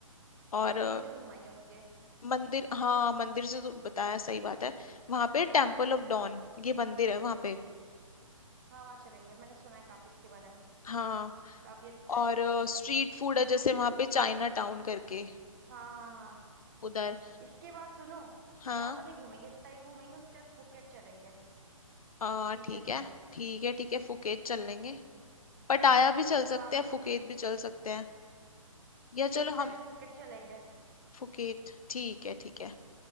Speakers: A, on the left; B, on the right.
A: और
B: और मंदिर घुमाएंगे उनके
A: मंदिर हाँ मंदिर से तो बताया सही बात है वहां पे टेम्पल ऑफ डॉन ये मंदिर है वहां पे
B: हाँ वहाँ चलेंगे मैंने सुना है काफी इसके बारे में
A: हाँ
B: काफी अच्छा है
A: और स्ट्रीट फूड है जैसे वहां पे चाइना टाउन करके
B: हाँ हाँ हाँ
A: उधर
B: इसके बाद सुनो
A: हाँ
B: ज्यादा नहीं घूमेंगे तय घूमेंगे उसके बाद फुकेट चलेंगे
A: आ,
B: बीचेस
A: ठीक है
B: में
A: ठीक है ठीक है फुकेत चल लेंगे पटाया भी चल
B: वहां
A: सकते हैं
B: पर
A: फुकेत भी चल सकते हैं या
B: नहीं
A: चलो हम
B: पहले फुकेट चलेंगे
A: फुकेत ठीक है ठीक है